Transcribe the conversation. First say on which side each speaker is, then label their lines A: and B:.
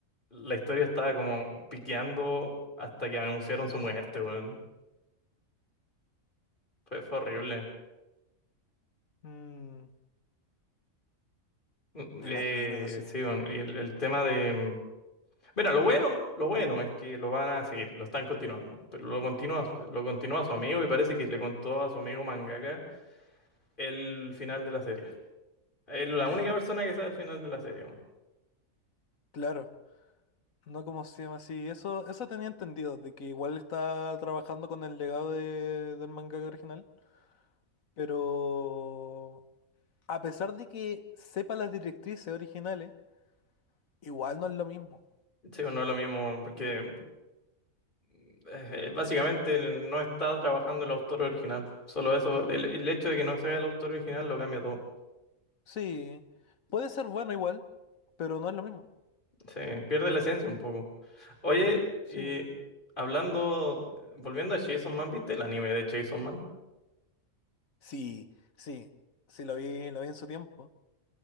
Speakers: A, on the left; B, on the left.
A: la historia estaba como piqueando hasta que anunciaron su muerte, weón. Fue, fue horrible.
B: Mm,
A: Mm,
B: me
A: Eh,
B: imagino, no sé.
A: sí, weón, y el, el tema de, Mira, lo bueno, lo bueno es que lo van a seguir, lo están continuando, pero lo continúa, su- lo continúa su amigo y parece que le contó a su amigo mangaka el final de la serie. Es la
B: Ya,
A: única persona que sabe el final de la serie. weón.
B: claro. No como se llama así. Eso, eso tenía entendido, de que igual está trabajando con el legado de- del mangaka original. Pero a pesar de que sepa las directrices originales, igual no es lo mismo.
A: Sí, bueno, no es lo mismo, porque eh, eh, básicamente no está trabajando el autor original. Solo eso, el, el hecho de que no sea el autor original lo cambia todo.
B: Sí, puede ser bueno igual, pero no es lo mismo.
A: Se pierde la esencia un poco. Oye,
B: Sí.
A: y hablando, volviendo a Chainsaw Man, ¿viste el anime de Chainsaw Man?
B: Sí, sí. Sí, lo vi, lo vi en su tiempo.